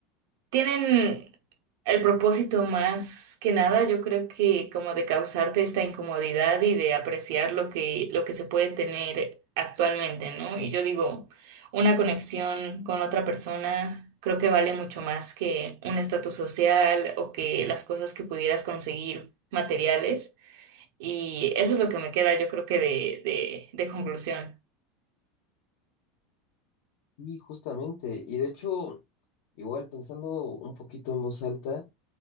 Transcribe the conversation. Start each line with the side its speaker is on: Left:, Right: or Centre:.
Right: tienen el propósito más que nada, yo creo que como de causarte esta incomodidad y de apreciar lo que, lo que se puede tener actualmente, ¿no? Y yo digo, una conexión con otra persona creo que vale mucho más que un estatus social o que las cosas que pudieras conseguir materiales. Y eso es lo que me queda, yo creo que de, de de conclusión.
Left: Y justamente, y de hecho, igual pensando un poquito en voz alta,